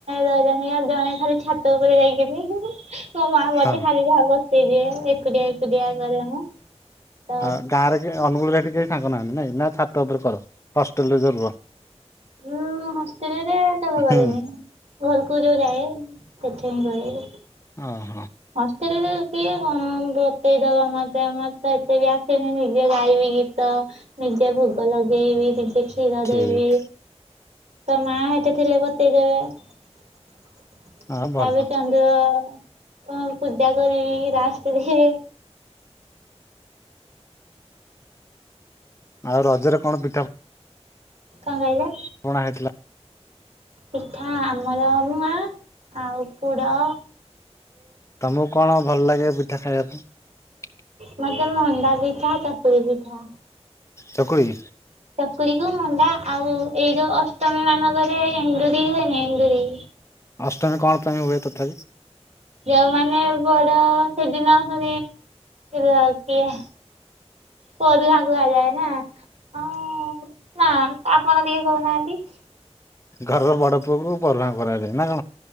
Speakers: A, on the right; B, on the left.
A: ରହିିଲାନ ଆଉ ଜଣେ ଖାଲି ଛାତ ଉପରେ ଯାଇକିନି ମୋ ମା ମତେ
B: ହଁ
A: ଖାଲି ଯାହା ବସେଇଦିଏ ଏକୁଟିଆ ଏକୁଟିଆ କରେ ମୁଁ। ତ
B: ଆ ଗାଁରେ କିଏ ଅନୁଗୁଳରେ ଏଠି କେହି ସାଙ୍ଗ ନାହାନ୍ତି ନାଇଁ ନା ଛାତ ଉପରେ କର ହଷ୍ଟେଲ ରେ ଯୋଉ ରୁହ।
A: ଉଁ ହଷ୍ଟେଲରେ ସବୁ କରେନି
B: ହୁଁ
A: ଘରକୁ ଯୋଉ ଯାଏ <unintelligible>
B: ଅ।
A: ହଷ୍ଟେଲରେ ସିଏ କଣ ବତେଇଦବ ମତେ ମତ ଏତେ ବି ଆସେନି ନିଜେ ଗାଇବି ଗୀତ। ନିଜେ ଭୋଗ ଲଗେଇ ବି ନିଜେ କ୍ଷୀର
B: ଠିକ
A: ଦେବି। ତ ମା ହେଠି ଥିଲେ ବତେଇ ଦେବେ। ତାପ
B: ହଁ ଭଲ
A: ରେ ଚାନ୍ଦ ହ ପୂଜା କରିବି ରାସ୍ତରେ
B: ଆଉ ରଜରେ କଣ ପିଠା
A: କଣ କହିଲେ?
B: କଣା ହେଇଥିଲା।
A: ପିଠା ଆମର ମୁଁଆ ଆଉ ପୁଡ଼।
B: ତମକୁ କଣ ଭଲ ଲାଗେ ପିଠା ଖାଇବା ପାଇଁ?
A: ମତେ ମଣ୍ଡା ପିଠା ଚକୁଳି ପିଠା।
B: ଚକୁଳି?
A: ଚକୁଳି କୁ ମଣ୍ଡା ଆଉ ଏଇ ଯୋଉ ଅଷ୍ଟମୀ ମାନଙ୍କରେ ଏଣ୍ଡୁରି ହୁଏନି ଏଣ୍ଡୁରି।
B: ଅଷ୍ଟମୀ କଣ ପାଇଁ ହୁଏ ତଥାପି?
A: ଯୋଉମାନେ ବଡ ସେଦିନ <unintelligible> ର ଦିଏ ପରୁହାଁ କୁହାଯାଏ ନା। ହଁ- ନା ଆପଣ ଟିକେ କହୁନାହାନ୍ତି?
B: ଘରର ବଡ ପୁଅକୁ ପରୁହାଁ କରାଯାଏ ନା?